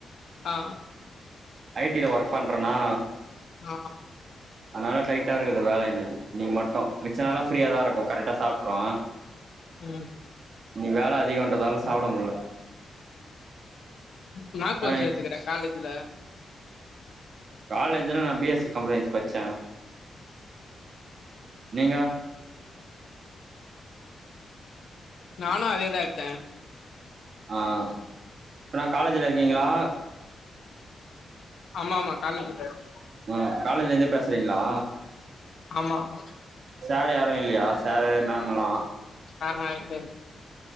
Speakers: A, on the left (about 60°); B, on the right (about 50°).
A: ஆ
B: ஐடில ஒர்க் பண்ணுறேண்ணா
A: ஆ
B: அதுனால டைட்டா இருக்குது வேலை இன்னைக்கு நீ மட்டும் மிச்ச நால ஃப்ரீய தா இருக்கு கரெக்டா சாப்டுறோ
A: உ
B: இன்னிக்கு வேல அதிகன்றதால சாப்ட முடியல
A: என்ன கோஸ்
B: ஆ
A: எடுதுக்குன காலேஜ்ல
B: காலேஜ்ல நான் பிஎஸ்சி கம்ளன்ஸ் பச்சேன் நீங்க
A: நானு அதேதாயேத்தே
B: ஆ இப்ப நா காலேஜ்ல இருக்கீங்களா
A: ஆமா ஆமா காலேஜ்ல இருக்
B: அ காலேஜ்ல இருந்து பேசுறீங்களா
A: ஆமா ஆமா
B: சேர யாரு இல்லையா சேரு மேமலா
A: ஆ இல்ல